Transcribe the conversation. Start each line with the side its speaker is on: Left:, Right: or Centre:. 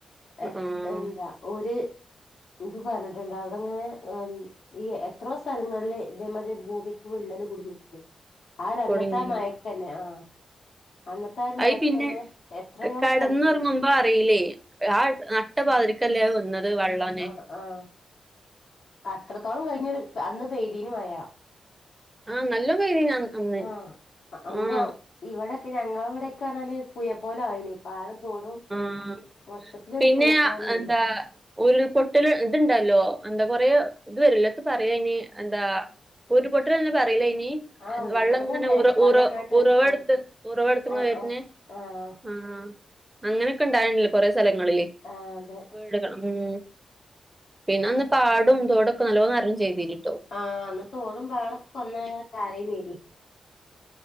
Left: എ
Right: ആ
Left: എന്താ ഒര് ഇത് പറഞ്ഞിട്ട്ണ്ട് അവിടെങ്ങനെ ഈ എത്രോ സ്ഥലങ്ങളില് ഇതേ മതിരി ഭൂമിക്ക് വിള്ളല് കുടുങ്ങിയിട്ടുണ്ട് ആര് അന്നത്തെ
Right: കുടുങ്ങി
Left: മഴക്കന്നെ ആഹ് അന്നത്തെ ആ ഒരു
Right: അയ്
Left: മയക്കന്നെ
Right: പിന്നെ
Left: എത്രയോ
Right: കടന്ന്
Left: സ്ഥലത്തുണ്ട്
Right: ഒറങ്ങുമ്പോ അറീലെ ആ നട്ട പാതിരിക്കല്ലേ വന്നത് വെള്ളനെ
Left: ആഹ് ആഹ് അത്രത്തോളം കഴിഞ്ഞരു അന്ന് പെയ്തീനി മഴ
Right: ആ നല്ലോം പെയ്തീനി അന്ന്
Left: ആഹ് അന്നെയ
Right: ആ
Left: ഇവിടെക്കെ ഞങ്ങളവിടെക്കെറഞ്ഞാല് പുഴ പോലെ ആയിനി പാടം തോടും
Right: ഉം
Left: മൊത്തത്തിലൊരു
Right: പിന്നെ
Left: പുഴ പോലെയ്നി
Right: എന്താ ഉരുൾപൊട്ടൽ ഇത്ണ്ടല്ലോ എന്താ കൊറേ ഇത് വരല്ലോ എത്താ പറയാ അയ്ന് എന്താ ഉരുപൊട്ടലന്ന് പറയലയ്ന്
Left: ആഹ് ഉരുൾപൊട്ടലന്നെ
Right: വെള്ളം ഇങ്ങനെ ഉറ
Left: വെള്ളൊന്നായിട്ട്
Right: ഉറ ഉറവടുത്ത്
Left: ആഹ്
Right: ഉറവടുത്തങ്
Left: ആഹ്
Right: വര്ന്
Left: ആഹ് ആഹ്
Right: ആ അങ്ങനെക്കെ ഇണ്ടായിനില്ലെ കൊറെ സ്ഥലങ്ങളില്
Left: ആഹ് അതെ
Right: വീടുകളും ഉം പിന്നന്ന് പാടും തേടൊക്കെ നല്ലോ നെറിം ചെയ്തീനിട്ടെ
Left: ആഹ് അന്ന് തോടുമ്പോ അവിടക്ക ഒന്നായ കാര്യംരി